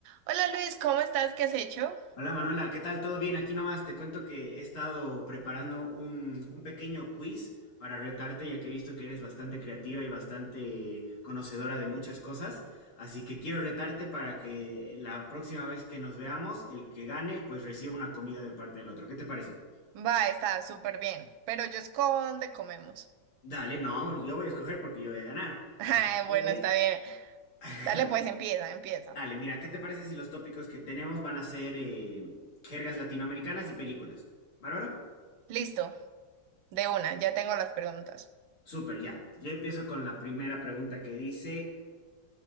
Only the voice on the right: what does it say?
Hola Luis, ¿cómo estás? ¿Qué has hecho?
Va, está súper bien, pero yo escojo dónde comemos.
<laughs> Ay,
bueno, está bien.
Dale, pues empieza, empieza.
Listo, de una, ya tengo las preguntas.